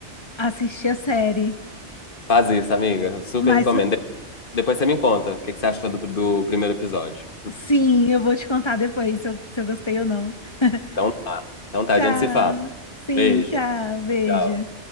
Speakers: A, on the left; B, on the left.
A: Assisti a série.
B: Faz isso, amiga. Super
A: Mas
B: recomendo. Depois você me conta o que que você achou do, do primeiro episódio.
A: sim, eu vou te contar depois se eu, se eu gostei ou não. <laughs>
B: Então tá. Então tá,
A: Tchau.
B: a gente se fala.
A: Sim,
B: Beijo.
A: tchau. Beijo.
B: Tchau.